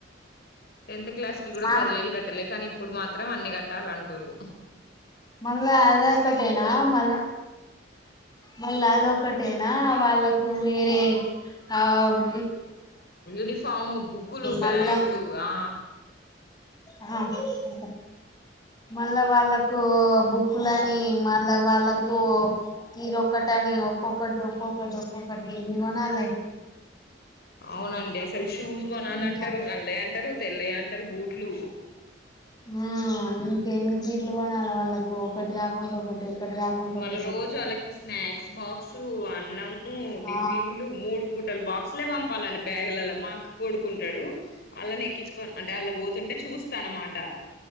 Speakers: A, on the left; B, on the left.
A: టెన్త్ క్లాస్ కి కూడా
B: మా
A: పదివేలు కట్టలే కానీ ఇప్పుడు మాత్ త్రం అన్ని కట్టాలంటుర్రు
B: మళ్ళ అదొకటేనా మళ్ళ మళ్ళ అదొకటేనా వాళ్ళకు వేరే ఆహ్
A: యూనిఫామ్ము బుక్కులు
B: మళ్ళా
A: బ్యాగులు ఆ
B: ఆ ఉంటా మల్ల వాళ్ళ వాళ్లకు బుక్కులని మళ్ళ వాళ్ళ వాళ్లకు తీరొక్కటని ఒక్కొక్కటి ఒక్కొకటి ఒక్కొక్కటి ఎన్ని కొనాలి
A: అవునండి అసలు షూస్ కొనాలంటరు
B: ఇంకా
A: నల్లయ్ అంటరు తెల్లయ్ అం అంటరు బూట్లు
B: ఆ ఇంకెన్ని చీరలు కొనాలి వాళ్ళకు ఒకటి కాకుండా ఒకటి ఒకటి కాకుండా
A: మళ్ళ
B: ఒకటి
A: రోజు వాళ్ళకి స్నాక్స్ బాక్స్ సు అన్నం ఉమ్ టిఫిన్లు
B: ఆ
A: మూడు పూటలు బాక్సులే పంపాలండి బ్యాగులల్ల మా అక్క కొడుకు ఉంటాడు. వాళ్ళని ఎక్కించుకోని పోతుంటే అంటే వాళ్ళు పోతుంటే చూస్తాట అన్నమాట